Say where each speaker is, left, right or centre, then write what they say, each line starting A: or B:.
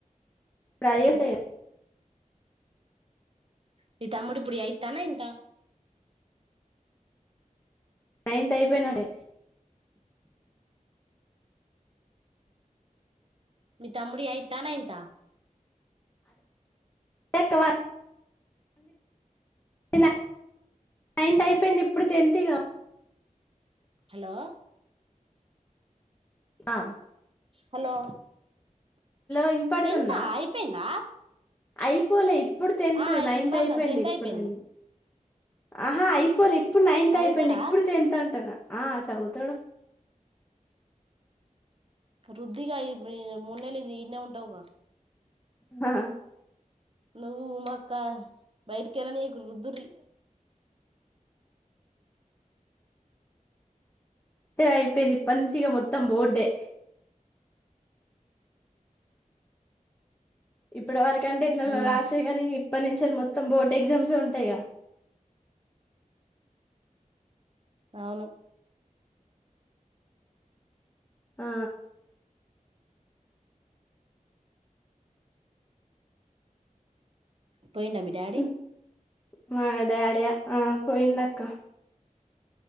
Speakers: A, on the left; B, on the right.
A: ఇప్పుడు అద
B: ఆహా ని తమ్ముడిపుడి ఎయిట్ హా ననైత్ హ
A: నైన్త్ అయిపోయినాడే.
B: మీ తమ్ముడి ఎయిట్ నైన్త్
A: <unintelligible> ఎ నైన్త్ అయిపోయింది ఇప్పుడు టెన్త్ కా
B: హలో
A: ఆ
B: హలో
A: వినపడుతుందా
B: టెన్త అయిపోయిందా.
A: అయిపోలే ఇప్పుడు టెన్త్
B: ఆ
A: నైన్త్
B: వినబడతాంది
A: అయిపోయింది
B: టెన్త్
A: ఇప్పుడే
B: అయిపోయింది
A: ఆహా ఇపోలి ఇ ఇప్పుడు నైన్త్
B: చదువుతాడా
A: అయిపోయింది ఇప్పుడు టెన్ అంటునా. ఆ చదువుతాడు
B: రుధగాయి మొన్నలు ఎన్న ఉంటవుగా
A: హ
B: నువ్వు మాక్క బయటికెళ్ళని రుదురీ
A: అయిపోయింది ఇప్ప నుంచిగా మొత్తం పత్తంబడే ఇప్పుడు వరకి ఎంటే ఇట్లా
B: ఉమ్
A: రాసే కానీ ఇప్పటి నుంచి మొత్తం మొత్తం బోర్డు ఎగ్జామ్స్ ఉంటాయిగా
B: అవును
A: ఆ
B: పోయినా మీ డాడీ
A: హ్మ్. మా డాడీ పోయిండుక్కా